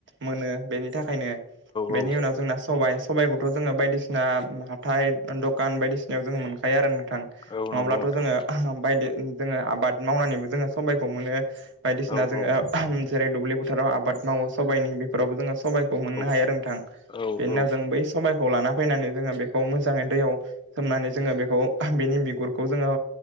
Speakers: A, on the right (about 55°); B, on the left (about 20°).
A: मोनो बेनि था खायनो बेनि
B: औ
A: उनाव जोंना सबाय सबायखौथ' जोङो बायदिसिना हाथाय दखान बायदिसिनायाव जोङो मोनखायो आरो नों थां
B: औ
A: नङाब्लाथ'
B: नंगौ नोंथां
A: जोङो बायदि जोङो आबाद मावनानैबो जोङो सबायखौ मोनो। बायदिसिना
B: औ
A: जोङो
B: औ
A: जेरै दुब्लि बोथाराव आबाद मावो सबायाइनि बेफोरावबो जोङो सबायखौ मोननो
B: औ
A: हायो नोंथां
B: औ
A: बेनि
B: औ
A: जों बै सबाय खौ लाना फैनानै जोङो बेखौ मोजाङै दैयाव सोमनानै जोङो बेखौ बेनि बिगुरखौ जोङो